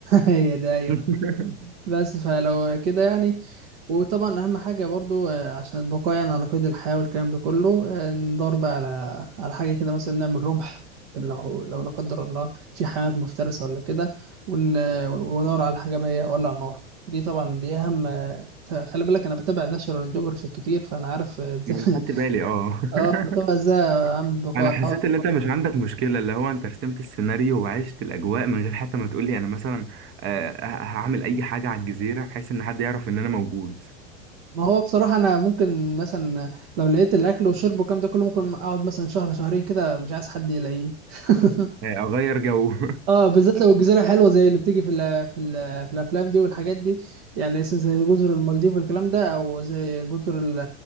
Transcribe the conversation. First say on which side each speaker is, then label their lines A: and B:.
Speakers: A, on the right (about 65°); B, on the right (about 35°).
A: هي ده ايوه
B: <laughs>
A: بس فلو كده يعني وطبعا اهم حاجه برضو آه، عشان البقاء يعني على قيد الحياه والكلام ده كله آه، ندور بقى على على حاجه كده مثلا نعمل رمح لو لو لا قدر الله في حيوانات مفترسه ولا كده ون- وندور على حاجه بقى إيه، اولع نار دي طبعا دي اهم آه، ت- خلي بالك انا بتابع ناشونال جيوغرافيك كتير فانا عارف آه، <laughs>
B: ما
A: إزاي-
B: انا خدت بالي اه <laughs>
A: اه بتابع ازاي اعمل بقاء
B: انا حسيت
A: آه،
B: ان انت مش عندك مشكله اللي هو انت رسمت السيناريو وعشت الاجواء من غير حتى ما تقولي انا مثلا آه، ه- هعمل اي حاجه على الجزيره بحيث ان حد يعرف ان انا موجود
A: ما هو بصراحه انا ممكن مثلا لو لقيت الاكل والشرب والكلام ده كله ممكن اقعد مثلا شهر شهرين كده مش عايز حد يلاقيني <laughs>
B: آه، اغير جو <laughs>
A: اه بالذات لو الجزيره حلوه زي اللي بتيجي في ال في ال في الافلام دي والحاجات دي يعني زي جزر المالديف والكلام ده او زي جزر ال-